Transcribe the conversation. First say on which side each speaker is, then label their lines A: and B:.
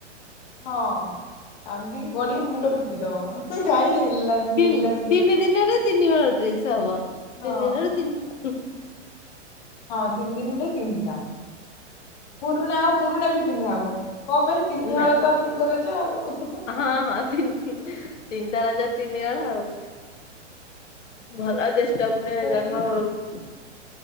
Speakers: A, on the left (about 40°); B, on the left (about 80°).
A: ହଁ, କାନ୍ଦିକି ଗଡ଼ିିବ ମୁଣ୍ଡ ପିଟି ଦବ କାହିଁ ହେଲାନି
B: ତିନି
A: ହେଲାନି
B: ତିନି
A: କାଇଁ।
B: ଦିନରେ ତିନି ହଳ ଡ୍ରେସ ହବ। ତିନି
A: ହଁ
B: ଦିନରେ ତିନ--ହୁଁ।
A: ହଁ, ତିନ ଦିିନରେ ତିନଟା। ପୁରୁଣା ଆଉ ପୁରୁଣା ବି ପିନ୍ଧା ହବନି। କ ପାଇଁ? ତିନି
B: ନା
A: ହଳ ତ ତିନିଟା ରଜ ଆଉ। ହଁ ହଁ।
B: ହଁ ହଁ, ତିନି ତିନିଟା ରଜରେ ତିନି ହଳ ଆଉ।
A: କିନ୍ତୁ
B: ଭଲ ଜ୍ୟେଷ୍ଠ ପୂର୍ଣ୍ଣିମାରେ
A: କଣ କହିଲି
B: ଜନ୍ମ ଆଉ